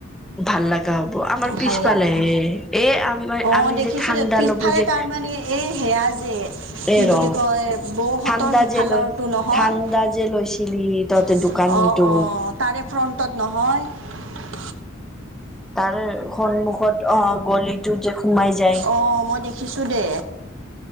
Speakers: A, in the centre; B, on the right (about 85°).
A: ভাল লাগা হ'ব, আমাৰ
B: ভাল
A: পিছফালে
B: লাগে
A: হে এ আমাৰ
B: অ',
A: আমি
B: দেখিছো
A: যে ঠাণ্ডা
B: দে পিছফালে
A: ল'ব যে
B: তাৰমানে এই সেয়া যে কি
A: এ ৰ
B: বুলি কয় বৌহঁতৰ
A: ঠাণ্ডা
B: সিফালৰটো
A: যে লৈ
B: নহয়?
A: ঠাণ্ডা যে লৈছিলি তহতে
B: অ',
A: দোকানটো
B: অ', তাৰে ফ্ৰণ্টত নহয়?
A: তাৰে সন্মুখত অ', গলিতটো যে সোমাই যায়।
B: অ', মই দেখিছোঁ দে।